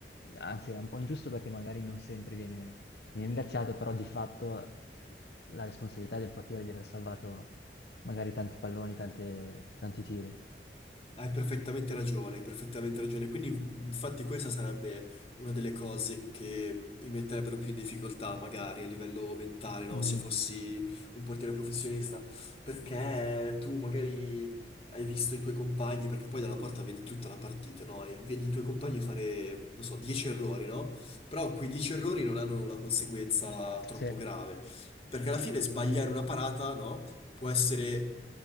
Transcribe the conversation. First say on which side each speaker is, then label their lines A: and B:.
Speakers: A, on the left; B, on the left.
A: anzi è un po' ingiusto perché magari non sempre viene viene ringraziato, però di fatto la responsabilità del portiere di aver salvato magari tanti palloni, tante- tanti tiri.
B: Hai perfettamente ragione, hai perfettamente ragione. Quindi, in- infatti, questa sarebbe una delle cose che mh, mi metterebbero più in difficoltà, magari a livello mentale, no?
A: Mm,
B: Se fossi un portiere professionista, perché tu magari hai visto i tuoi compagni, perché poi dalla porta vedi tutta la partita, no? E vedi i tuoi compagni fare, non so, 10 errori, no? Però quei 10 errori non hanno una conseguenza troppo
A: sì,
B: grave. Perché alla fine sbagliare una parata, no? può essere